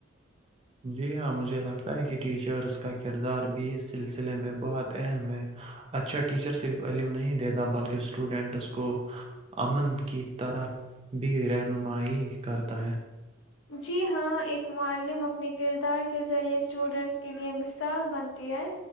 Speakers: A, on the right (about 30°); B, on the left (about 65°).
A: جی ہاں مجھے لگتا ہے کہ ٹیچرس کا کردار بھی اس سلسلے میں بہت اہم ہے اچھا ٹیچر صرف علم نہیں دیتا بلکہ اسٹوڈینٹس کو امن کی طرف بھی رہنمائی کرتا ہے
B: جی ہاں ایک معم اپنے کردار کے ذریعے اسٹوڈینٹس کے لیے مثال بنتی ہے